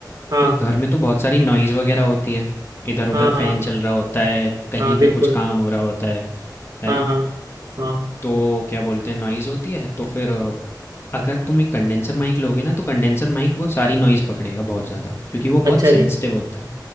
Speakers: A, on the right; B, on the left.
A: हाँ
B: तो घर में तो बहुत सारी नॉइज़ वगैरह होती है इधर उधर
A: हाँ हाँ
B: फैन
A: हाँ
B: चल रहा होता है कहीं
A: हाँ, बिल्कुल
B: पे कुछ काम हो रहा होता है है
A: हाँ
B: ना
A: हाँ हाँ
B: तो क्या बोलते हैं नॉइज़ होती है तो फिर अ, अगर तुम एक कंडेंसर माइक लोगे ना तो कंडेंसर माइक वो सारी नॉइज़ पकड़ेगा बहुत ज़्यादा क्योंकि वो
A: अच्छा
B: बहुत सेंसिटिव
A: जी
B: होता है